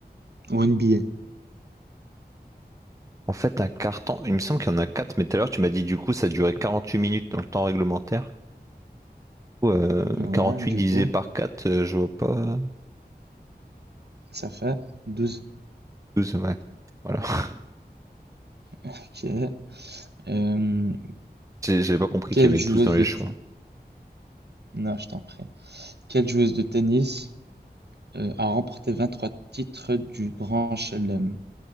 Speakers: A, on the right; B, on the right.
A: En NBA.
B: En fait, un carton. Il me semble qu'il y en a 4 mais tout à l'heure, tu m'as dit du coup, ça durait 48 minutes dans le temps réglementaire. Euh,
A: Ouais,
B: 48
A: du
B: divisé
A: coup,
B: par 4, euh, je vois pas.
A: ça fait 12.
B: 12, ouais. Voilà. <laughs>
A: Ok. Euh,
B: J'ai- J'avais pas compris
A: quelle
B: qu'il y avait
A: joueuse
B: 12 dans les
A: de...
B: choix.
A: t- Non, je t'en prie. Quelle joueuse de tennis euh, a remporté vingt-trois titres du Grand Chelem?